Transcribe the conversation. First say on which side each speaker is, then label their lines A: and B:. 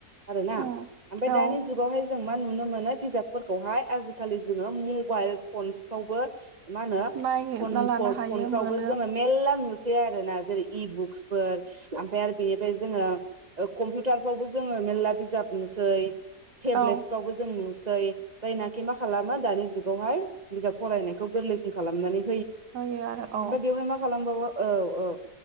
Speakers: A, on the right; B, on the right.
A: आरोना
B: उम
A: ओमफ्राय
B: औ
A: दानि जुगावहाय जों मा नुनो मोनो बिजफोरखौहाय आखालि जोङो मबाइल फावबो मा होनो
B: नागिरना
A: फन
B: लानो
A: फनफ्रावबो
B: हायो मोनो
A: जोङो मेरला नुसै आरोना जेरै इबुक्सफोर ओमफ्राय आरो बेनिफ्राय जोङो कम्पिउटारफ्रावबो जोङो मेल्ला बिजाब नुसै टेब्लेटसफ्रावबो
B: औ
A: जों नुसै जायनाखि मा खालामो दानि जुगावहाय बिजाब फरायनायखौ गोरलैसिन खालामनानै
B: आरो औ
A: ओमफ्राय बेवहाय मा खालामबावो औ औ